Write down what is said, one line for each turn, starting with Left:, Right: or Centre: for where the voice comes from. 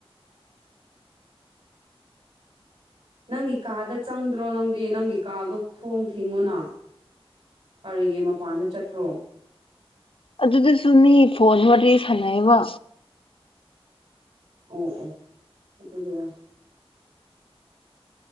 Right: ꯅꯪꯒꯤ ꯀꯥꯗ ꯆꯪꯗ꯭ꯔꯣ ꯅꯪꯗꯤ ꯅꯪꯒꯤ ꯀꯥꯗꯣ ꯊꯣꯡ ꯊꯤꯡꯉꯨꯅ ꯀꯔꯤꯒꯤ ꯃꯄꯥꯟꯗ ꯆꯠꯇꯄ꯭ꯔꯣ
Left: ꯑꯗꯨꯗꯁꯨ ꯃꯤ ꯐꯣꯟ ꯋꯥꯔꯤ ꯁꯥꯟꯅꯩꯕ
Right: ꯑꯣ ꯑꯣ ꯑꯗꯨꯒꯤꯔ